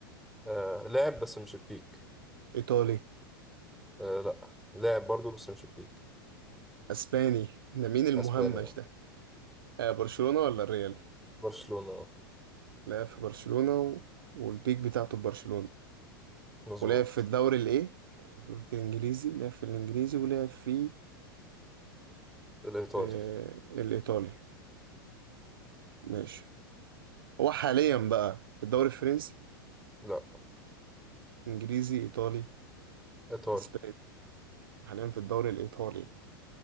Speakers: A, in the centre; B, on the right.
A: آه لاعب بس مش البيك
B: ايطالي
A: آه لا لاعب برضو بس مش البيك
B: اسباني ده مين المهمش
A: اسبانيا
B: ده آه برشلونة ولا الريال
A: برشلونه آه،
B: لعب في برشلونة و... والبيك بتاعته في برشلونة
A: مظبوط
B: ولعب في الدوري الايه قلت الانجليزي لعب في الانجليزي ولعب في
A: الايطالي
B: آه الايطالي ماشي هو حاليا بقى في الدوري الفرنسي
A: لا
B: انجليزي ايطالي
A: ايطالي
B: اسباني حاليا في الدوري الإيطالي